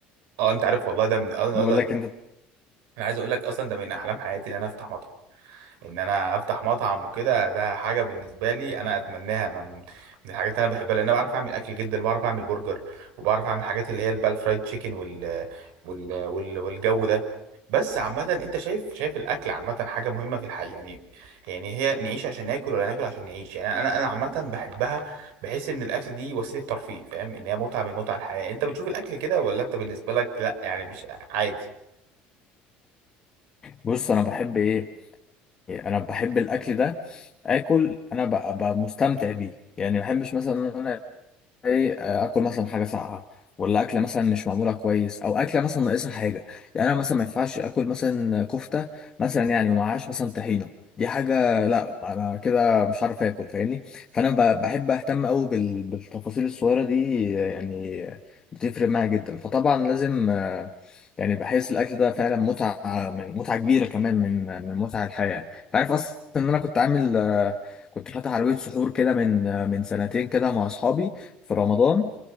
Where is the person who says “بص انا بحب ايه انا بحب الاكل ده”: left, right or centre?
Left